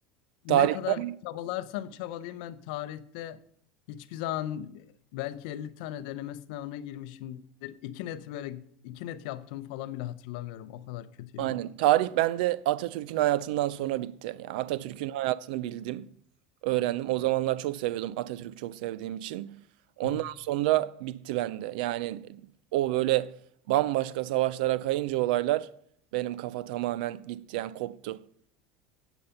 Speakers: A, on the left; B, on the right.
A: ne
B: tarihten
A: kadar çabalarsam çabalayayım ben tarihte hiçbir zaman belki 50 tane deneme sınavına girmişimdir. İki neti böyle iki net yaptığımı falan bile hatırlamıyorum. O kadar kötüydü.
B: aynen. Tarih bende Atatürk'ün hayatından sonra bitti. Yani Atatürk'ün hayatını bildim, öğrendim. O zamanlar çok seviyordum Atatürk'ü çok sevdiğim için. Ondan
A: Evet.
B: sonra bitti bende. Yani o böyle bambaşka savaşlara kayınca olaylar benim kafa tamamen gitti yani koptu.